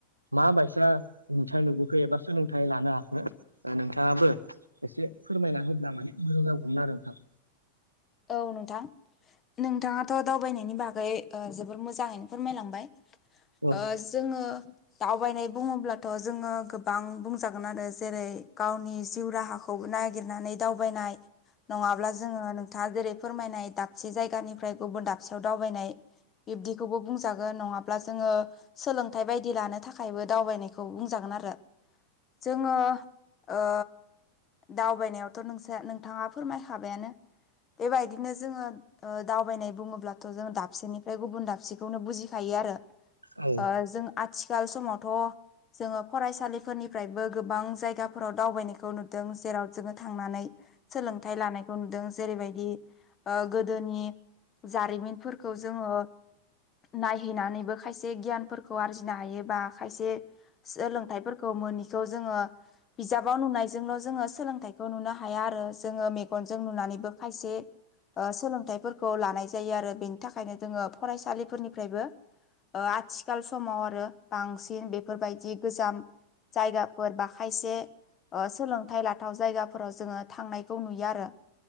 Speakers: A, on the right (about 85°); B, on the left (about 25°).
A: मा बायसा नोंथां नुबोखो एबा सोलोंथाइ लानो हाखो ओ नोंथाङाबो एसे फोरमायना होब्ला माने मोजां जाबौमोन आरो नोंथां
B: औ नोंथां नोंथाङाथ' दावबायनायनि बागै ओ जोबोर मोजाङैनो फोरमायलांबाय
A: औ
B: ओ जोङो दावबायनाय बुङोब्लाथ' जोङो गोबां बुंजागोन आरो जेरै गावनि जिउ राहा खौ नागिरनानै दावबायनाय नङाब्ला जोङो नोंथाङा जेरै फोरमायनाय दाबसे जायगानिफ्राय गुबुन दाबसेयाव दावबायनाय बिब्दिखौबो बुंजागोन नङाब्ला जोङो सोलोंथाइ बायदि लानो थाखायबो दावबायनायखौ बुंजागोन आरो जोङो ओ दावबायनायावथ' नोंसा नोंथाङा फोरमायखाबायानो बेबायदिनो जोङो ओ दावबायनाय बुङोब्लाथ' जों दाबसेनिफ्राय गुबुन दाबसेखौनो बुजिखायो आरो
A: औ
B: ओ जों आथिखाल समावथ' जोङो फरायसालिफोरनिफ्रायबो गोबां जायगाफोराव दावबायनायखौ नुदों जेराव जोङो थांनानै सोलोंथाइ लानायखौ नुदों जेरैबायदि दि ओ गोदोनि जारिमिनफोरखौ जोङो नायहैनानैबो खायसे गियानफोरखौ आरजिनो हायो बा खायसे सोलोंथाइफोरखौ मोनिखौ जोङो बिजाबाव नुनायजोंल' जोङो सोलोंथाइखौ नुनो हाया आरो जोङो मेगनजों नुनानैबो खायसे ओ सोलोंथाइफोरखौ लानाय जायो आरो बेनि थाखायनो जोङो फरायसालिफोरनिफ्रायबो ओ आथिखाल समाव आरो बांसिन बेफोरबायदि गोजाम जायगाफोर बा खायसे ओ सोलोंथाइ लाथाव जायगाफोराव जोङो थांनायखौ नुयो आरो।